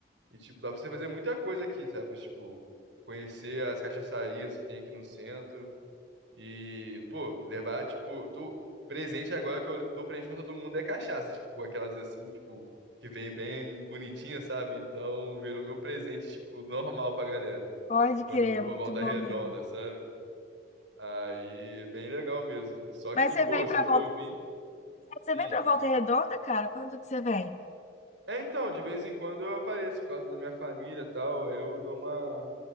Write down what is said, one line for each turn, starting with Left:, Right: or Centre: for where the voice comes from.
Right: E, tipo, dá pra você fazer muita coisa aqui, sabe? Tipo, conhecer as cachaçarias que tem aqui no centro. E, pô, levar, tipo, tu, presente agora que eu dou presente pra todo mundo é cachaça. Tipo, aquelas assim, tipo, que vem bem bonitinha, sabe? Então, virou meu presente, tipo, normal pra galera.
Left: Pode
Right: Quando
Left: crer,
Right: eu vou
Left: é muito
Right: pra Volta
Left: bom
Right: Redonda,
Left: mesmo.
Right: sabe? Aí, bem legal mesmo. Só
Left: Mas
Right: que,
Left: você
Right: pô,
Left: vem
Right: se
Left: pra volta,
Right: for vir.
Left: você
Right: Hum.
Left: vem pra Volta Redonda, cara? Quando que você vem?
Right: É, então, de vez em quando eu apareço por causa da minha família e tal. aí Eu dou uma,